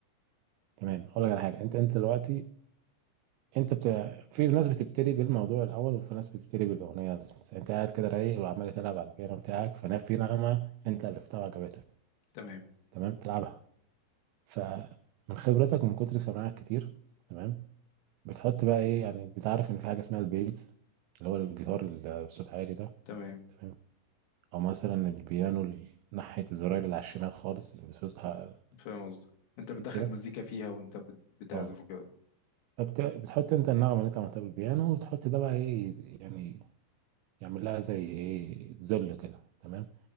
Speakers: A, on the right (about 85°); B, on the left (about 65°).
A: تمام اقول لك على حاجه انت انت دلوقتي انت بت... في ناس بتبتدي بالموضوع الاول وفي ناس بتبتدي بالاغنيه بس انت قاعد كده رايق وعمال تلعب على البيانو بتاعك فانا في نغمه انت الفتها وعجبتك
B: تمام
A: تمام تلعبها فمن خبرتك ومن كتر سماعك كتير تمام بتحط بقى ايه يعني بتعرف ان في حاجه اسمها البيز اللي هو الجيتار اللي بصوت عالي ده
B: تمام
A: تمام او مثلا البيانو ال- ناحيه الزراير اللي على الشمال خالص اللي بصوتها
B: فاهم قصدك انت بتدخل
A: كده
B: مزيكا فيها وانت بت- بتعزف
A: اه
B: وكده
A: فبت... بتحط انت النغمه اللي انت عملتها بالبيانو وتحط ده بقى ايه يعني يعمل لها زي ايه ذل كده تمام